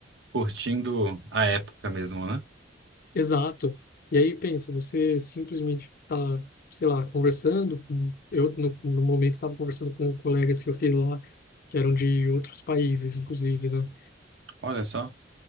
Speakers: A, on the right; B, on the left.
A: Curtindo a época mesmo, né?
B: Exato. E aí pensa, você simplesmente tá, sei lá, conversando. com- Eu, no, no momento, estava conversando com colegas que eu fiz lá, que eram de outros países, inclusive, né?
A: Olha só.